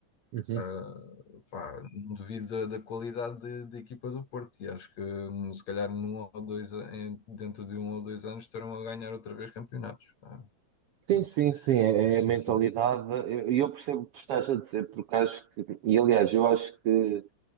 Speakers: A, on the right; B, on the left.
A: Uhum.
B: Uh, pá, não duvido da, da qualidade da da equipa do Porto e acho que hum, se calhar num ou dois, a- em- dentro de um ou dois anos estarão a ganhar outra vez campeonatos. pá. pronto,
A: Sim, sim, sim, é,
B: nesse
A: é a mentalidade.
B: sentido.
A: E eu, eu percebo o que tu estás a dizer, porque acho que, e aliás, eu acho que